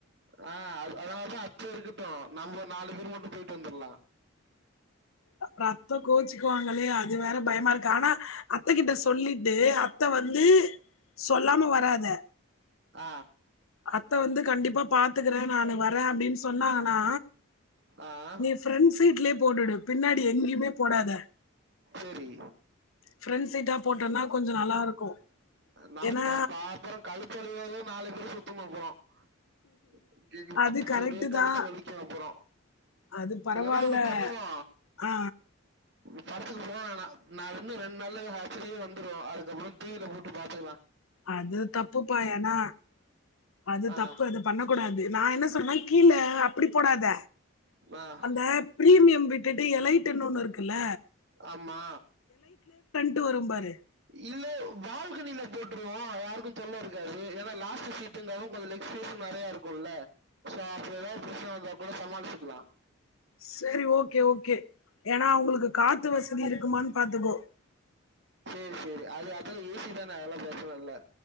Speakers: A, on the right; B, on the left.
A: ஆஹ் அதுனால தா அத்த இருக்கட்டும் நம்ம நாலு பேர் மட்டும் போய்ட்டு வந்துர்லாம்
B: அப்புறம் அத்த கோச்சுக்குவாங்களே அது வேற பயமா இருக்கு ஆனா அத்தகிட்ட சொ சொல்லிட்டு அத்தை வந்து சொல்லாம வராத
A: ஆ
B: அத்த வந்து கண்டிப்பா பாத்துக்கறே நானு வரே அப்படின்னு சொன்னாங்கன்னா
A: ஆஹ்
B: நீ ஃபிரெண்ட் சீட்லயே போட்டுடு பின்னாடி எங்கேயுமே போடாத
A: சரி
B: ஃபிரெண்ட் சீட்டா போட்டோனா கொஞ்ச நல்லா இருக்கு
A: நான்
B: ஏன்னா
A: பா- பா- அப்புறம் கழுத்து வலியாத <unintelligible> <unintelligible>
B: அது கரெக்ட்
A: கழுத்து
B: தான்
A: வலிக்கு அப்பற
B: அது பரவாயில்ல
A: இல்லன்னா ஒண்ணு பண்ணுவோ
B: ஆ
A: படத்துக்கு போ வேணா நா வந்து ரெண்டு நாள்ல <unintelligible> வந்துரு அதுக்கப்புற டி வி ல போட்டு பாத்துக்கலா
B: அது தப்பு பா ஏனா அது
A: ஆஹ்
B: தப்பு அது பண்ண கூடாது நா என்ன சொல்றனா கீழ அப்பிடி போடாத
A: ஆஹ்
B: அந்த பிரீமியம் விட் டுட்டு எலைட்ன்னு ஒன்னுரு க்குல்ல
A: ஆமா
B: ட்டு வரும் பாரு
A: இல்ல பால்கனில போட்டுருவோ யாருக்கும் தொல்ல இருக்காது ஏனா லாஸ்ட்டு சீட்டுங்கவு கொஞ்சோ லெக் சைஸு நெறையா இருக்குல்ல சோ அப்டி எதாது பிரச்சன வந்தா கூட சமாளிச்சுக்கலா
B: செரி ஓகே ஓகே ஏனா அவங்களுக்கு காத்து வசதி இருக்குமான் பாத்துக்கோ
A: சேரி சேரி அது அதலா ஈசி தான அதெல்லா பிரச்சனல்ல